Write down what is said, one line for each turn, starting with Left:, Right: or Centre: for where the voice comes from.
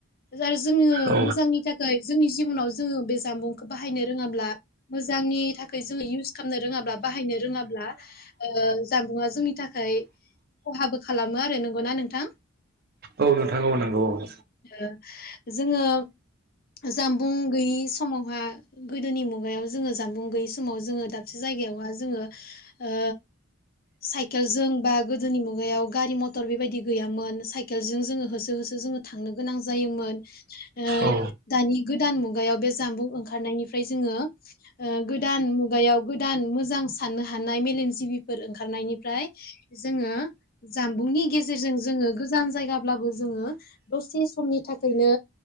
Left: आरो जोङो
Right: औ
Left: मोजांनि थाखाय जोंनि जिब'नाव जोङो बे जामबुंखौ बाहायनो रोङाब्ला मोज जांनि थाखाय जों इउ खामनो रोङाब्ला बाहायनो रोङाब्ला ओ जानबुंआ जोंनि थाखाय खहाबो खालामो आरो नंगौना नों थां
Right: औ नोंथां औ नंगौ औ
Left: ओ जोङो जामबुं गैयि स समावहा गोदोनि मुगायाव जोङो जामबुं गैयै समाव जोङो दाब से जायगायावहा जोङो ओ साइकेलजों बा गोदोनि मुगायाव गारि मथर बेबायदि गैयामोन साइकेलजों जोङो होसो होसो जोङो थांनो गोनां जायोमोन ओ
Right: औ
Left: दानि गोद गोदान मुगायाव बे जामबुं ओंखारनायनिफ्राय जोङो गोदान मुगायाव गोदान मोजां साननो हानाय मेलेमजिबिफोर ओंखारनायनिफ्राय जोङो जानबुंनि गेजेरजों जोङो गोजान जायगाब्लाबो जोङो दसे समनि थाखायनो